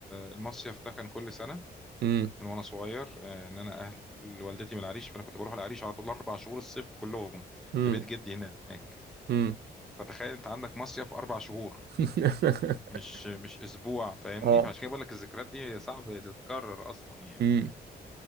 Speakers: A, in the centre; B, on the right (about 70°).
A: المصيف ده كان كل سنه
B: امم
A: من وانا صغير آه، ان انا اهل والدتي من العريش فانا كنت بروح العريش على طول اربع شهور الصيف كلهم
B: امم
A: في بيت جدي هناك
B: امم
A: فتخيل انت عندك مصيف اربع شهور
B: <laughs>
A: مش مش اسبوع فاهمني
B: اه
A: فعشان كده بقول لك الذكريات دي صعب تتكرر اصلا يعني
B: امم